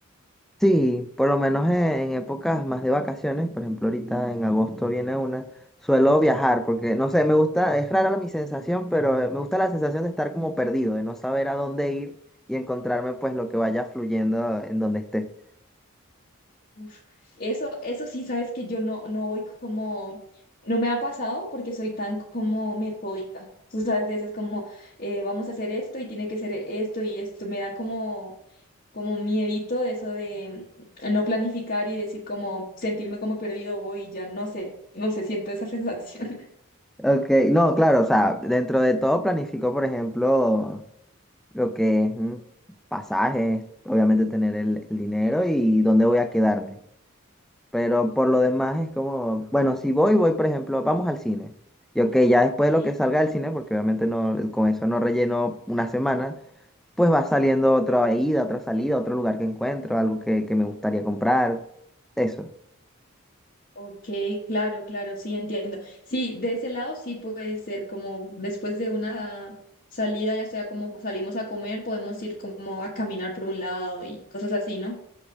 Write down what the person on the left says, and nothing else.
Uf, eso, eso sí, sabes que yo no, no voy como, no me ha pasado porque soy tan como metódica. Tú sabes de esas como, eh, vamos a hacer esto y tiene que ser esto y esto. Me da como, como miedito eso de mm, no planificar y decir como, sentirme como perdido hoy, ya no sé, no sé, siento esa sensación.
<laughs> Sí.
Ok, claro, claro, sí, entiendo. Sí, de ese lado sí puede ser como después de una salida, ya sea como salimos a comer, podemos ir como a caminar por un lado y cosas así, ¿no?